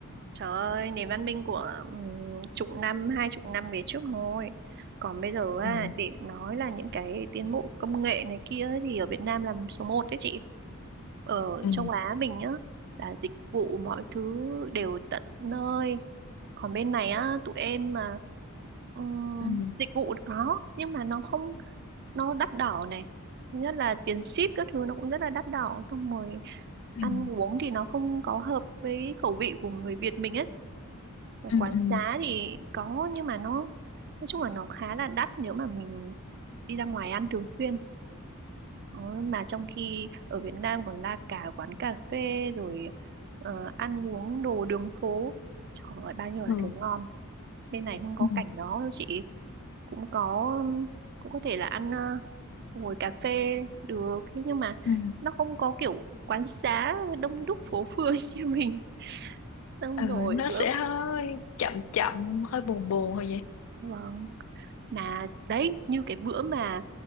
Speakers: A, on the right; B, on the left.
A: Trời ơi, nền văn minh của ừm, chục năm, hai chục năm về trước thôi. Còn bây giờ á,
B: ừ
A: để nói là những cái tiến bộ công nghệ này kia ấy, thì ở Việt Nam là số một đấy chị. Ở
B: ừ
A: châu Á mình nhá, là dịch vụ mọi thứ đều tận nơi, còn bên này á tụi em mà ừm,
B: ừ
A: dịch vụ có nhưng mà nó không nó đắt đỏ này Thứ nhất là tiền ship các thứ nó cũng rất là đắt đỏ xong rồi
B: ừ
A: ăn uống thì nó không có hợp với khẩu vị của người Việt mình ấy Mà
B: ừ
A: quán
B: ừ ừ
A: trá thì có nhưng mà nó nói chung là nó khá là đắt nếu mà mình đi ra ngoài ăn thường xuyên Đó, mà trong khi ở Việt Nam còn la cả quán cà phê rồi ờ, ăn uống đồ đường phố trời ơi bao nhiêu là
B: ừ
A: thứ ngon bên này không có
B: ừ
A: cảnh đó đâu chị cũng có cũng có thể là ăn ờ, ngồi cà phê được thế nhưng mà
B: ừ
A: nó không có kiểu quán xá đông đúc phố phường <laughs> như mình xong
B: Ừ,
A: rồi
B: nó
A: bữa
B: sẽ hơi chậm chậm hơi buồn buồn thôi vậy
A: vâng mà đấy như cái bữa mà